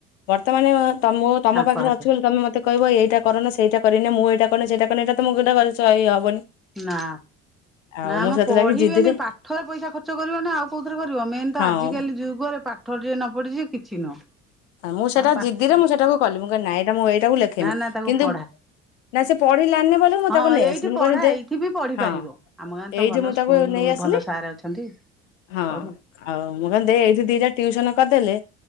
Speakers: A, on the left; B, in the centre.
A: ବର୍ତ୍ତମାନେ ତ ମୁଁ ତମ
B: ତାଙ୍କ
A: ପାଖରେ
B: ହାତରେ
A: ଅଛି ବୋଲି ତମେ ମତେ କହିବ ଏଇଟା କରନା ସେଇଟା କରିନି ମୁଁ ଏଇଟା କରନି ସେଇଟା କରିନି ଏଇଟା ତ ମୁଁ <unintelligible> ଏଇ ହବନି।
B: ନା।
A: ଆଉ
B: ନା
A: ମୁଁ
B: ମ
A: ସେଥିଲାଗି
B: ପଢିବେନି
A: ଜିଦିରେ
B: ପାଠରେ ପଇସା ଖର୍ଚ୍ଚ କରିବନି ଆଉ କୋଉଥରେ କରିବ ମେନ ତ
A: ହଁ
B: ଆଜିକାଲି ଯୁଗରେ ପା ପାଠ ଟିଏ ନ ପଢିଚି କିଛି ନୁହଁ।
A: ମୁଁ ସେଇଟା
B: ଆଉ ପାଠ
A: ଜିଦିରେ
B: ପଢ
A: ମୁଁ ସେଟାକୁ କଲି, ମୁଁ କହିଲି ନା ମୁଁ ଏଇଟାକୁ ଲେଖେମି,
B: ନା ନା ତାକୁ
A: କିନ୍ତୁ
B: ପଢା
A: ନା ସେ ପଢିଲାନି ବୋଲି ମୁଁ
B: ହଁ
A: ତାକୁ ନେଇ
B: ଏଇଠି
A: ଆସିଲି, ମୁଁ
B: ପଢା
A: କହିଲି ଦେ
B: ଏଇଠି ବି ପଢି
A: ହଁ
B: ପାରିବ ଆମ ଗାଁରେ ତ
A: ଏଇଠି
B: ଭଲ
A: ମୁଁ
B: ସ୍କୁଲ
A: ତାକୁ ନେଇ ଆସିଲି।
B: ଭଲ ସାର୍ ଅଛନ୍ତି
A: ହଁ
B: ପଢୁ।
A: ଆଉ ମୁଁ କହିଲି ଦେ ଏଇଠି ଦି ଟା ଟିଉସନ କରିଦେଲେ,